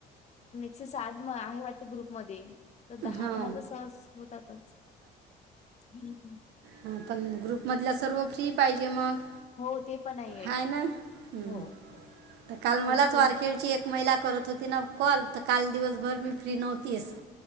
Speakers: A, on the left; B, on the right.
A: एकशे साठ आहे वाटते ग्रुपमध्ये तर दहा
B: हो
A: दहा तर सहज होतातच <unintelligible>
B: हा पण ग्रुप मधल्या सर्व फ्री पाहिजे मग
A: हो ते पण आहे
B: हाय ना हम
A: हो
B: तर काल मलाच
A: जसं
B: वारखेडची
A: कोण
B: एक महिला करत होती ना कॉल तर काल दिवसभर मी फ्री नव्ह तीस